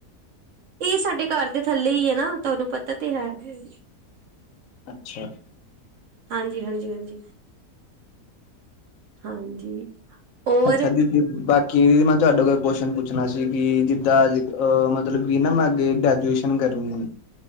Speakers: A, on the right; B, on the left.
A: ਈ ਸਾਡੇ ਘਰ ਦੇ ਥੱਲੇ ਈ ਐ ਨਾ ਤਾਨੂੰ ਪਤਾ ਤੇ ਹੈ ਵੇ
B: ਅੱਛਾ।
A: ਹਾਂਜੀ -ਹਾਂਜੀ -ਹਾਂਜੀ, ਹਾਂਜੀ। ਔਰ
B: ਅੱਛਾ ਦੀਦੀ ਬਾਕੀ ਦੀਦੀ ਮੈਂ ਤੁਹਾਡੇ ਕੋਲੋ ਕੁਸ਼ਚਨ ਪੁੱਛਣਾ ਸੀ ਕਿ ਜਿੱਦਾਂ ਅ ਅ ਮ ਮਤਲਬ ਕਿ ਨਾ ਮੈਂ ਅੱਗੇ ਗ੍ਰੈਜੂਏਸ਼ਨ ਕਰਨੀ